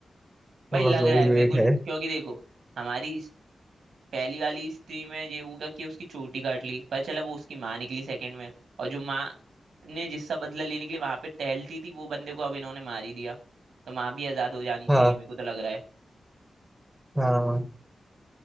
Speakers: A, on the right; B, on the right.
A: तो
B: भाई लग
A: बस वही
B: रहा है मेरे
A: वेट
B: को
A: है
B: क्योंकि देखो हमारी पहली वाली स्त्री में ये होगा कि उसकी चोटी काट ली पता चला वो उसकी माँ निकली सेकंड में और जो माँ ने जिसका बदला लेने के लिए वहां पे टहलती थी वो बंदे को अब इन्होंने मार ही दिया तो माँ भी आजाद हो जानी चाहिए
A: हाँ
B: मेरे को तो लग रहा है
A: हाँ